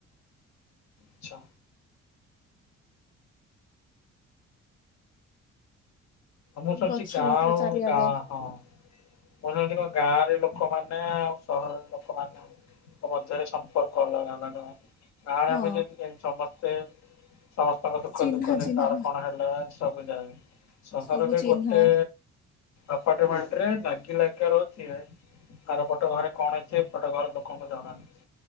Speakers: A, on the left (about 65°); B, on the left (about 30°).
A: ଆଛା। ମୁଁ ଶୁଣିଛି
B: ଗଛ
A: ଗାଁ
B: ପତ୍ର
A: ଆଉ
B: ଚାରିଆଡେ
A: ଗାଁ ହଁ ମୁଁ ଶୁଣିଛି କଣ ଗାଁରେ ଲୋକମାନେ- ମାନେ ସହରର ଲୋକମାନଙ୍କ ମଧ୍ୟରେ ସମ୍ପର୍କ ଅଲଗା ନାଁ କଣ? ଗାଁରେ
B: ହଁ
A: ଆମେ ଯେମିତି ସମସ୍ତେ ସମସ୍ତଙ୍କ ଦୁଃଖ
B: ଚିହ୍ନା
A: ଦୁଃଖ ନେଇ
B: ଚିହ୍ନା
A: କାହାର କଣ ହେଲେ ସବୁ ଯାଏ ସହରରେ
B: ସବୁ ଚିହ୍ନା
A: ଗୋଟେ ଆପାର୍ଟମେଣ୍ଟରେ ଲାଗି ଲାଗିକା ରହୁଛି ହେ ଆର ପଟ ଘରେ କଣ ହେଇଛି ଏ ପଟ ଘର ଲୋକ କଣ ଜଣାନାହିଁ।